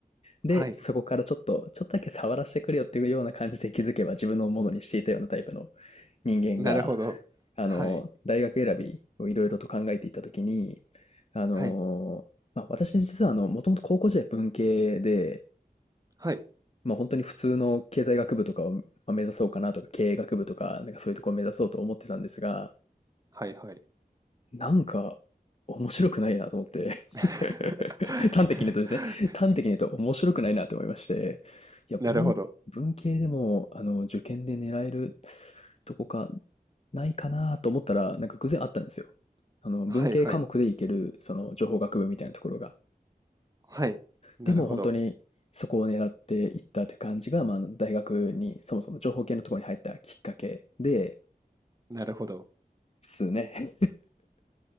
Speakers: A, on the left; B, on the right.
A: で、
B: はい、
A: そこからちょっと、ちょっとだけ触らせてくれよっていうような感じで気づけば自分のものにしていたようなタイプの人間が、
B: なるほど。
A: あの、
B: はい、
A: 大学選びをいろいろと考えていたときに、あの、
B: はい、
A: まあ、私実はあの、もともと高校時代文系で、
B: はい、
A: まあ本当に普通の経済学部とかをまあ目指そうかなとか、経営学部とか、なんかそういうところを目指そうと思ってたんですが、
B: はい、はい。
A: なんか面白くないなと思って
B: <laughs>
A: <laughs> 端的に言うとですね、端的に言うと面白くないなと思いまして、いや、
B: なるほど。
A: 文、文系でも、あの、受験で狙えるとこか、ないかなと思ったら、なんか偶然あったんですよ。あの、文系科目でいける、
B: はい、はい、
A: その、情報学部みたいなところが。
B: はい。なるほど。
A: でも本当にそこを狙っていったという感じが、まあ、大学にそもそも情報系のところに入ったきっかけで
B: なるほど。
A: すね。<laughs>